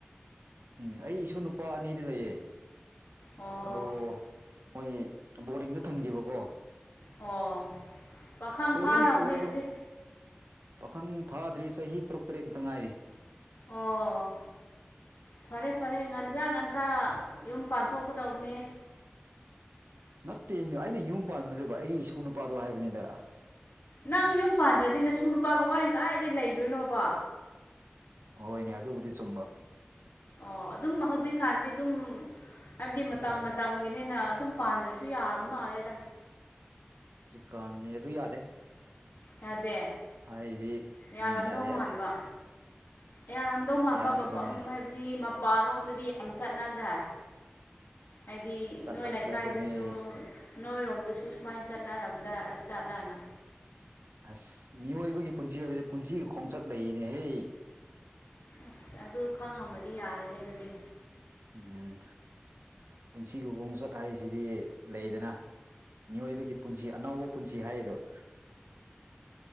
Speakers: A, on the right; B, on the left.
A: ꯎꯝ ꯑꯩ ꯏꯁꯨ ꯅꯨꯄꯥ ꯑꯅꯤꯗꯤ ꯂꯩꯌꯦ
B: ꯑꯣ
A: ꯑꯗꯣ ꯃꯣꯏ ꯕꯣꯔꯗꯤꯡꯗ ꯊꯝꯒꯤꯕꯀꯣ
B: ꯑꯣ ꯄꯥꯈꯪ
A: ꯀꯨꯏꯔꯦ
B: ꯐꯥꯔꯝꯒꯅꯤ
A: ꯎꯗꯕ
B: ꯑꯗꯨꯗꯤ
A: ꯄꯥꯈꯪ ꯐꯥ ꯑꯗꯨꯗꯤ ꯆꯍꯤ ꯇꯔꯨꯛ ꯇ꯭ꯔꯦꯠ ꯈꯇꯪ ꯉꯥꯢꯔꯤ
B: ꯑꯣ ꯐꯔꯦ ꯐꯔꯦ ꯉꯟꯖꯥꯡ ꯉꯟꯇꯥ ꯌꯨꯝ ꯄꯥꯟꯊꯣꯛꯀꯗꯧꯕꯅꯦ
A: ꯅꯠꯇꯦꯃꯤ ꯑꯩꯅ ꯌꯨꯝ ꯄꯥꯟꯕ ꯅꯠꯇꯦꯕ ꯑꯩꯒꯤ ꯏꯁꯨ ꯅꯨꯄꯥꯗꯣ ꯍꯥꯏꯕꯅꯦꯗ
B: ꯅꯪ ꯌꯨꯝ ꯄꯥꯟꯗ꯭ꯔꯗꯤ ꯅꯁꯨ ꯅꯨꯄꯥ ꯀꯃꯥꯢꯟ ꯀꯥꯏꯗꯩ ꯂꯩꯗꯣꯏꯅꯣꯕ
A: ꯍꯣꯏꯅꯦ ꯑꯗꯨꯕꯨꯗꯤ ꯆꯨꯝꯕ
B: ꯑꯣ ꯑꯗꯨꯝ ꯍꯧꯖꯤꯛꯀꯥꯟꯗꯤ ꯑꯗꯨꯝ ꯍꯥꯏꯕꯗꯤ ꯃꯇꯝ ꯃꯇꯝꯒꯤꯅꯤꯅ ꯑꯗꯨꯝ ꯄꯥꯟꯗ꯭ꯔꯁꯨ ꯌꯥꯔꯕ ꯃꯥꯜꯂꯦꯗ
A: ꯀꯥꯟꯅꯦ ꯑꯗꯨ ꯌꯥꯗꯦ
B: ꯌꯥꯗꯦ
A: ꯍꯥꯏꯗꯤ
B: ꯌꯥꯔꯝꯗꯧ
A: ꯎꯝ ꯌꯥꯗꯦ ꯌꯥꯗꯦ
B: ꯃꯥꯟꯕ ꯌꯥꯔꯝꯗꯧ ꯃꯥꯟꯕ
A: ꯌꯥꯗꯕꯅꯦ
B: ꯃꯐꯝ ꯍꯥꯏꯕꯗꯤ ꯃꯄꯥꯜꯂꯣꯝꯗꯗꯤ ꯌꯥꯝ ꯆꯠ ꯅꯗꯥꯢ ꯍꯥꯏꯗꯤ
A: ꯆꯠꯅꯗ꯭ꯔꯕꯅꯦ
B: ꯅꯣꯏ ꯂꯩꯀꯥꯏꯗꯁꯨ ꯅꯣꯏꯔꯣꯝꯗꯁꯨ ꯁꯨ ꯃꯥꯏꯟ ꯆꯠꯅꯔꯝꯗꯥꯢ ꯆꯠꯂꯅ
A: ꯑꯁ ꯃꯤꯌꯣꯏꯕꯒꯤ ꯄꯨꯟꯁꯤ ꯍꯥꯏꯕꯖꯦ ꯄꯨꯟꯁꯤꯒꯤ ꯈꯣꯡꯆꯠ ꯂꯩꯌꯦꯅꯦꯍꯦ
B: ꯑꯁ ꯑꯗꯨ ꯈꯪꯉꯝꯃꯗꯤ ꯌꯥꯔꯦꯅꯦ ꯑꯗꯨꯗꯤ
A: ꯎꯝ ꯄꯨꯟꯁꯤꯒꯤ ꯈꯣꯡꯆꯠ ꯍꯥꯏꯁꯤꯗꯤ ꯂꯩꯗꯅꯥ ꯃꯤꯌꯣꯏꯕꯒꯤ ꯄꯨꯟꯁꯤ ꯑꯅꯧꯕ ꯄꯨꯟꯁꯤ ꯍꯥꯏꯔꯤꯗꯣ <inaudible>